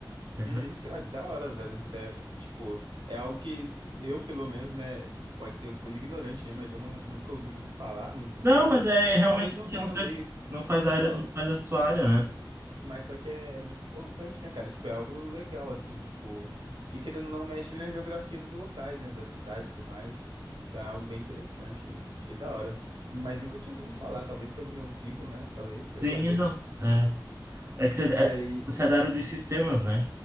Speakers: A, on the right; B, on the right.
A: É ba-
B: Hum, cara, que da hora, velho. Isso é, tipo, é algo que eu, pelo menos, né, pode ser coisa ignorante, né, mas eu não, nunca ouvi muito falar. Não, não-
A: Não,
B: pode
A: mas
B: ser que
A: é, é realmente
B: talvez não
A: porque
B: tá
A: não
B: no
A: faz,
B: meio.
A: não faz
B: Então,
A: a área, não faz a sua área, né?
B: mas só que é, é muito importante, né, cara? Tipo, é algo legal, assim, tipo, que querendo ou não mexe na geografia dos locais, né, das cidades e tudo mais. Então é algo bem interessante. Achei da hora. Mas nunca tinha ouvido falar, talvez pelo meu ciclo, né? Talvez, vai
A: Sim,
B: saber.
A: é não. É, é que você
B: E
A: é,
B: aí.
A: você é da área de sistemas, né?